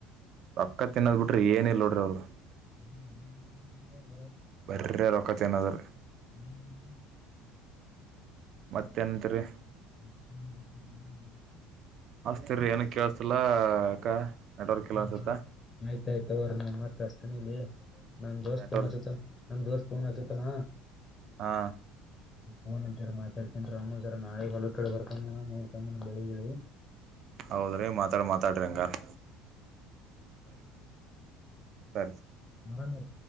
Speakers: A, on the right; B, on the left.
A: ರೊಕ್ಕ ತಿನ್ನೋದ್ ಬುಟ್ರೆ ಏನೂ ಇಲ್ಲ ನೋಡ್ರಿ ಅವ್ರು.
B: ಹ್ಮರ <inaudible>
A: ಬರ್ರ ರೊಕ್ಕ ತಿನ್ನೋದ್ರಿ,.
B: ಹ್ಮ <inaudible>
A: ಮತ್ತೆಂತ್ರಿ,.
B: <inaudible>
A: ಅಸ್ಟ್ರೇಇರಿ ರೀಏನ್ಕೇಳ್ತಿಲಾ ಅಕ್ಕ. ನೆಟ್ವರ್ಕ್ ಇಲ್ಲ
B: ಹಾ,
A: ಅನ್ಸುತ್ತ
B: ಆಯ್ತ ಆಯ್ತಾಯಯ್ತು. ತೊಗೋಳ್ರಿ ಮತ್ತ ಅಚತಿನಿ., ನಮ ದೋಸ್ತ್
A: ನೆಟ್ವರ್ಕ್
B: ಫೋನ್ಚ್ತಾನ, ನಮ ದೋಸ್ತ್ ಫೋನ್ಚ್ತಾನ.
A: ಹಾ
B: ಅವನು ಜರ ಮಾತಾಡ್ತನ್. ಅವನು ಒಂದಜರ ನಾಳೆ ಹೊಲ ಕಡೇ ಬರ್ಕೊಂಡ ನೋಡ್ತ ಬೆಳಿಗ್,
A: ಹೌದ್ರಿ ಮಾತಾಡ, ಮಾತಾಡ್ರಿ ಹಂಗಾರ್. ಸರಿ
B: ಮರ